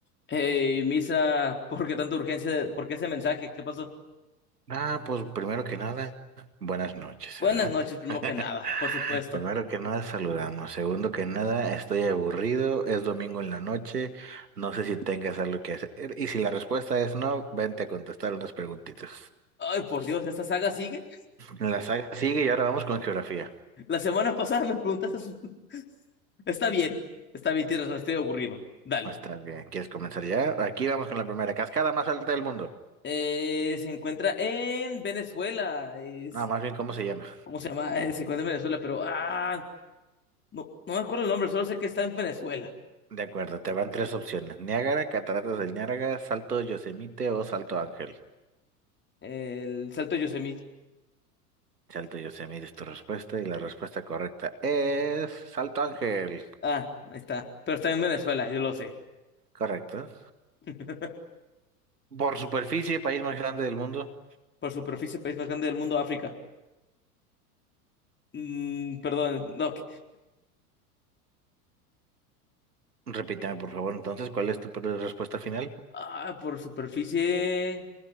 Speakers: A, on the left; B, on the right.
A: Hey, Misa, ¿por qué tanta urgencia? ¿Por qué ese mensaje? ¿Qué pasó?
B: Ah, pues primero que nada, buenas noches,
A: Buenas
B: ¿verdad?
A: noches, primero
B: <laughs>
A: que nada, por supuesto.
B: Primero que nada, saludamos. Segundo que nada, estoy aburrido, es domingo en la noche, no sé si tengas algo que hacer. Y si la respuesta es no, vente a contestar unas preguntitas.
A: Ay, por Dios, ¿esta saga sigue?
B: La saga sigue y ahora vamos con geografía.
A: La semana pasada me preguntaste. su- <laughs> Está bien, está bien, tienes razón, estoy aburrido. Dale.
B: Está bien, ¿quieres comenzar ya? Aquí vamos con la primera, cascada más alta del mundo.
A: Eh, se encuentra en Venezuela. Es,
B: No, más bien, ¿cómo se llama?
A: ¿cómo se llama? Eh, se encuentra en Venezuela, pero ah, no, no me acuerdo el nombre, solo sé que está en Venezuela.
B: De acuerdo, te van tres opciones. Niágara, Cataratas del Niágara, Salto Yosemite o Salto Ángel.
A: El Salto de Yosemite.
B: Salto Yosemite es tu respuesta y la respuesta correcta es Salto Ángel.
A: Ah, ahí está. Pero está en Venezuela, yo lo sé.
B: Correcto.
A: <laughs>
B: Por superficie, país más grande del mundo.
A: Por superficie, país más grande del mundo, África. Mm, perdón, no. que-
B: repítame por favor, entonces, ¿cuál es tu pre- respuesta final?
A: Ah, por superficie.